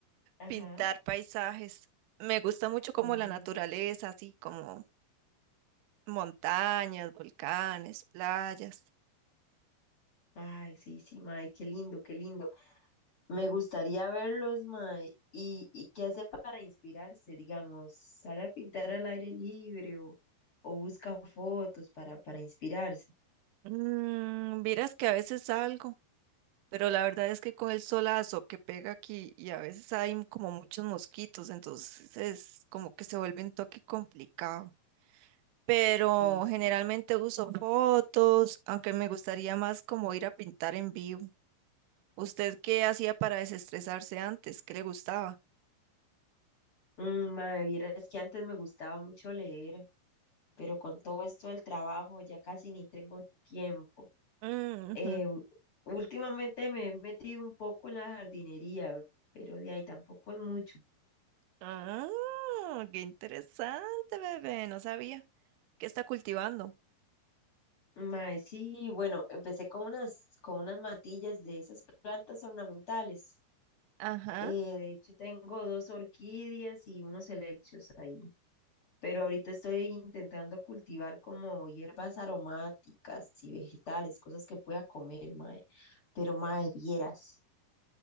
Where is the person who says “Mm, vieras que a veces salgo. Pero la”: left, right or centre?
Right